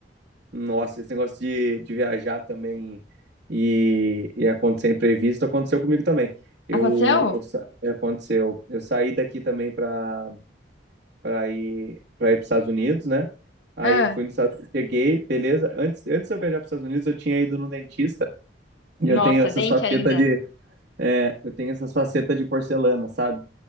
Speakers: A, on the right (about 60°); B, on the left (about 80°).
A: Nossa, esse negócio de, de viajar também e, e acontecer imprevisto aconteceu comigo também. Eu,
B: Aconteceu?
A: eu sa- aconteceu. Eu saí daqui também para para ir para ir para os Estados Unidos, né? Aí
B: Ah,
A: eu fui nos Estados Unidos, cheguei, beleza. Antes, antes de eu viajar para os Estados Unidos, eu tinha ido no dentista e
B: nossa,
A: eu tenho essas
B: dente
A: facetas
B: ainda.
A: de é, eu tenho essas facetas de porcelana, sabe?